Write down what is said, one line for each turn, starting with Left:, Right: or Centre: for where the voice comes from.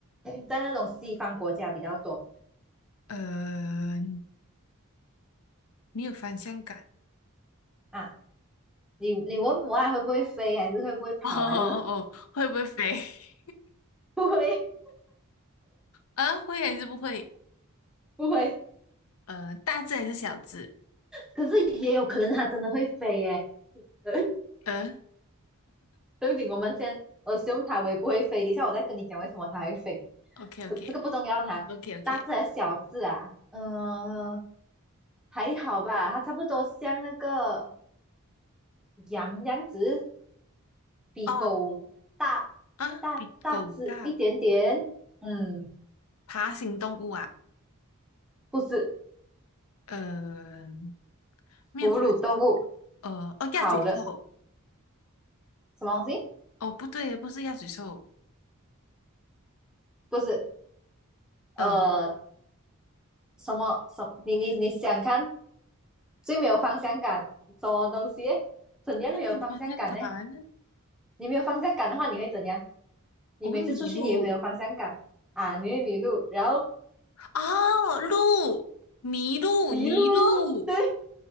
Centre: 在那种西方国家比较多
Left: 呃，没有方向感。
Centre: 啊。你你问母爱会不会飞，还是会不会跑啊？
Left: <laughs> 哦哦哦，
Centre: 这种
Left: 会不会飞？<laughs>
Centre: 不会
Left: 啊，会还是不会？
Centre: 不会，
Left: 呃，大只还是小只？
Centre: 可是也有可能它真的会飞耶。<laughs> 对
Left: 呃
Centre: 不用等，我们先 assume 它会不会飞，等一下我再跟你讲为什么它会飞。
Left: ，OK
Centre: 可这个不重要哈，
Left: OK OK OK，
Centre: 大字还是小字啊？嗯、呃还好吧，它差不多像那个羊这样子，比狗大
Left: 哦啊，
Centre: 大大只一点点。
Left: 比狗大，
Centre: 嗯，
Left: 爬行动物啊。
Centre: 不是
Left: 呃，没有方向，
Centre: 哺乳动物，
Left: 呃，哦，
Centre: 跑的
Left: 鸭嘴兽，
Centre: 什么东西？
Left: 哦，不对，不是鸭嘴兽，
Centre: 不是，
Left: 嗯，
Centre: 呃，什么什么你你你想看最没有方向感，什么东西耶怎样没有方向感呢？
Left: 又没有方向感，
Centre: 你没有方向感的话，你会怎样？你每次出去你会有方向感啊，
Left: 我会迷路，
Centre: 你会迷路，然后
Left: 哦，路，迷路，
Centre: 迷路哦，
Left: 迷路，
Centre: <laughs> 对